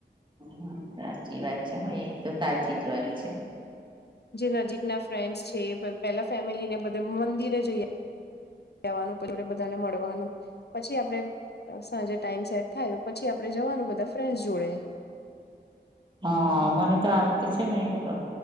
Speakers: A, on the right; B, on the left.
A: હ સાચી વાત છે હ એ તો સાચી જ વાત છે
B: જે નજીક ના ફ્રેન્ડ્સ છે પેલા ફેમિલી ને બધે મંદિરે જઈએ કવાનું પછી બધાને મળવાનું પછી આપડે સાંજે ટાઈમ સેટ થાય તો પછી આપણેે જવાનું બધા ફ્રેન્ડસ જોડે
A: હા મને તો આ વખતે છે ને એક